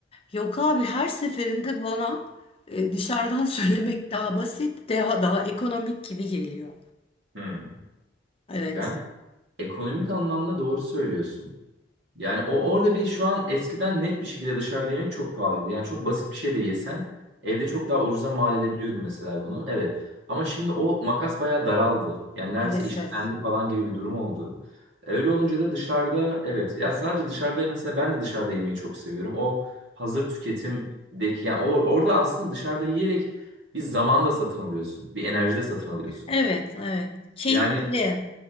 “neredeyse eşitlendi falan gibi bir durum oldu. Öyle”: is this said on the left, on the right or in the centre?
Right